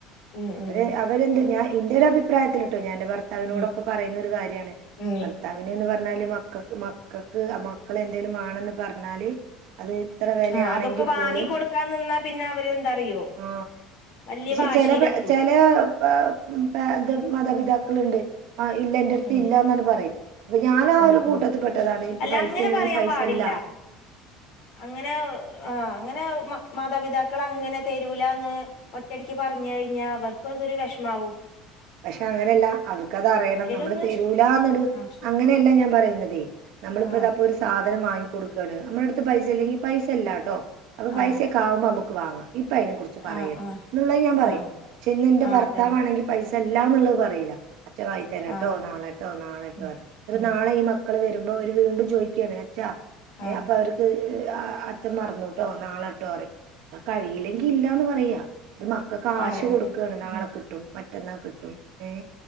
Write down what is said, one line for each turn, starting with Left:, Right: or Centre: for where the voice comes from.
Left: ഉം
Right: അവരെ
Left: ഉം
Right: അവരെന്ത് ഞാ ഇന്റൊരഭിപ്രായത്തിലിട്ടോ ഞാൻ എന്റെ ഭർത്താവിനോടൊക്കെ
Left: ഉം
Right: പറയുന്നൊരു കാര്യാണ്
Left: ഉം
Right: ഭർത്താവിനന്ന് പറഞ്ഞാല് മക്കക്ക് മക്കക്ക് മക്കളെന്തേലും വേണന്ന് പറഞ്ഞാല് അത് വെല
Left: ആ
Right: ആണെങ്കി
Left: അതൊക്കെ വാങ്ങി
Right: പോലും
Left: കൊടുക്കാൻ നിന്നാ പിന്നെ അവരെന്താറിയോ
Right: ആ
Left: വല്യ
Right: ശേ
Left: വാശിയിലെത്തും
Right: ചെല പ ചെല ആ പ പാത് മാതാപിതാക്കളുണ്ട്. ആ ഇല്ല എന്റെറ അടുത്ത്
Left: ഉം
Right: ഇല്ലന്നാണ് പറയും. അപ്പൊ ഞാൻ ആ
Left: ഉം
Right: ഒരു കൂട്ടത്തിൽ
Left: ഉം
Right: പെട്ടതാണ്. ഇപ്പൊ
Left: അല്ല
Right: പൈസ
Left: അങ്ങനെ
Right: ഇല്ലെങ്കിൽ
Left: പറയാൻ
Right: പൈസല്ലാ?
Left: പാടില്ല അങ്ങനെ? ആഹ് അങ്ങനെ മാതാപിതാക്കൾ അങ്ങനെ തെരുല്ലാന്ന് ഒറ്റടിക്ക് പറഞ്ഞു കഴിഞ്ഞാ അവർക്ക് അതൊരു വെഷമാവും.
Right: പക്ഷെ അങ്ങനെയല്ല അവർക്ക് അത് അറിയണം. നമ്മള്
Left: ഒന്ന്
Right: തരൂല്ലാന്ന് ട്
Left: ആ
Right: അങ്ങനെയല്ല ഞാൻ പറയുന്നതെ. നമ്മളിപ്പതാ
Left: ആ
Right: പ്പൊരു സാ അന്നേരം വാങ്ങി കൊടുക്കാണ് നമ്മളട്ത്ത് പൈസ ഇല്ലെങ്കിൽ പൈസല്ലാട്ടോ അപ്പം
Left: ആ
Right: പൈസൊക്കെ ആവുമ്പോൾ നമുക്ക് വാങ്ങാം. ഇപ്പൊ അയിനെ കുറ്ച്ച് പറയരുത്
Left: ആ ആ
Right: എന്ന്ള്ളത് ഞാൻ പറയും
Left: ആ
Right: പക്ഷെ ഇന്ന് ഇന്റെ
Left: ആ
Right: ഭർത്താവാണെങ്കിൽ
Left: അതന്നെ
Right: പൈസ എല്ലാന്ന്ള്ളേ പറീലാ അഛൻ വാങ്ങിത്തരാട്ടോ
Left: ആ
Right: നാളെട്ടോ നാളെട്ടോറിം
Left: ഉം
Right: ഇന്നട്ട്
Left: ഉം
Right: നാളെ ഈ മക്കള് വരുമ്പോ ഒരു വീണ്ടും ചോയിക്കാണ് അച്ചാ ഏ
Left: ആ
Right: അപ്പൊ അവർക്ക് അച്ഛൻ മറന്നൂട്ടോ നാളെ ട്ടോറിം അത്ഴിയില്ലെങ്കി ഇല്ലാന്ന് പറ വെയ്യാ ഇത് മക്കക്കാശ
Left: പറയണം
Right: കൊടുക്കാണ് നാളെ
Left: ഉം
Right: കിട്ടും മ റ്റന്നാ കിട്ടും ഏഹ്